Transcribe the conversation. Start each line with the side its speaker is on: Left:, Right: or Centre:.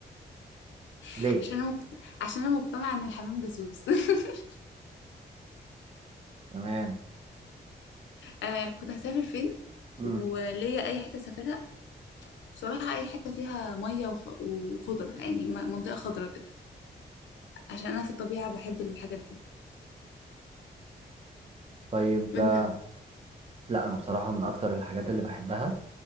Left: <laughs>
Right: ليه
Left: عشان انا مقت- عشان انا مقتنعة ان الحمام جاسوس <laughs>
Right: تمام
Left: آه كنت هسافر فين
Right: مم.
Left: وليا اي حته سافرها بصراحه اي حته فيها ميه وخ... وخضره يعني م- منطقه خضره كده عشان انا في الطبيعه بحب الحاجات دي
Right: طيب
Left: وانت
Right: آه، لا انا بصراحة من اكتر الحاجات اللي بحبها